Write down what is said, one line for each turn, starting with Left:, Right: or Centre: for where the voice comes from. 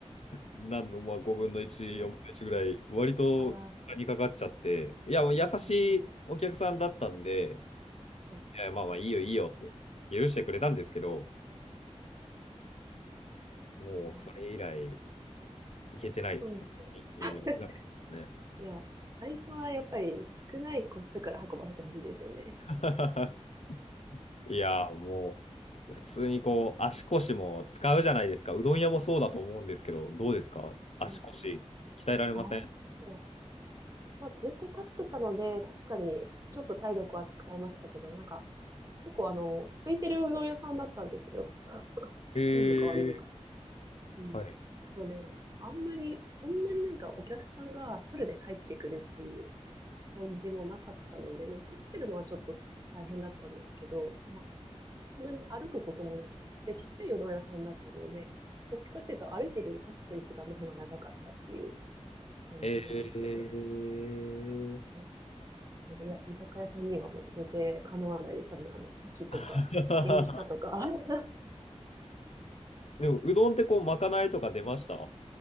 Left: 何の、まあ、5分の1、
Right: うわ、
Left: 4分の1ぐらい、割とにかかっちゃって、
Right: あー。
Left: いや、もう優しいお客さんだったんで、
Right: はいうん。
Left: いや、まあまあ、いいよいいよって、許してくれたんですけど、もうそれ以来、
Right: いや、
Left: 行けてないですね。
Right: そう。
Left: いいけてなかったですね。
Right: <laughs> いや、最初はやっぱり少ない個数から運ばせてほしいですよね。
Left: <laughs> いやー、
Right: うん。
Left: もう、普通にこう、足腰も使うじゃないですか。うどん屋もそうだと思うんですけど、どうですか足腰、
Right: うん。
Left: 鍛えられません
Right: ああ、しかしはまあ、ずっと立ってたので、確かにちょっと体力は使いましたけど、なんか、結構あの、空いてるうどん屋さんだったんですよ。
Left: え
Right: いいのか悪いのか。
Left: ー、
Right: うん。
Left: はい。
Right: なので、あんまり、そんなになんかお客さんがフルで入ってくるっていう感じもなかったので、まあ、立ってるのはちょっと大変だったんですけど、まあ、本当に歩くこともなく。で、ちっちゃい夜ど屋さんだったので、どっちかっていうと歩いてるより立ってる時間の方が長かったっていう感じでしたね。
Left: えー。
Right: うんで、いや、居酒屋さんにはもう到底かなわないです。多分、あの、覇気とか、
Left: <laughs>
Right: 元気さとか <laughs>
Left: でも、うどんってこう、まかないとか出ました